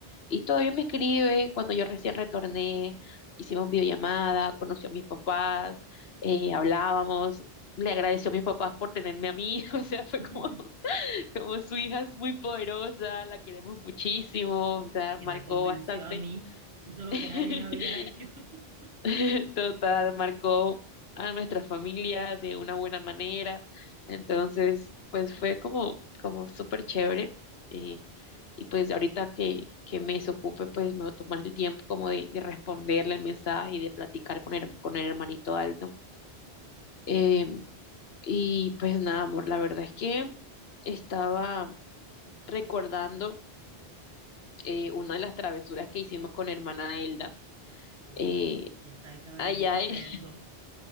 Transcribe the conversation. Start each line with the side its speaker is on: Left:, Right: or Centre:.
Left: y todavía me escribe cuando yo recién retorné, hicimos videollamada, conoció a mis papás, eh, hablábamos. Le agradeció a mis papás por tenerme a mí, <laughs> o sea, fue
Right: <laughs>
Left: como, como su hija es muy poderosa, la queremos muchísimo, o sea, marcó
Right: que me convenció
Left: bastante.
Right: a mí, hizo lo
Left: <laughs>
Right: que nadie había hecho. <laughs>
Left: <laughs> Total, marcó a nuestra familia de una buena manera. Entonces, pues fue como, como súper chévere. eh, y pues ahorita que, que me desocupe, pues me voy a tomar el tiempo como de, de responderle el mensaje y de platicar con el, con el hermanito Aldo. Eh, y pues nada, amor, la verdad es que estaba recordando eh, una de las travesuras que hicimos con hermana Elda.
Right: A
Left: eh,
Right: ver, quién sabe qué habrán
Left: allá
Right: hecho ustedes
Left: <laughs>
Right: dos.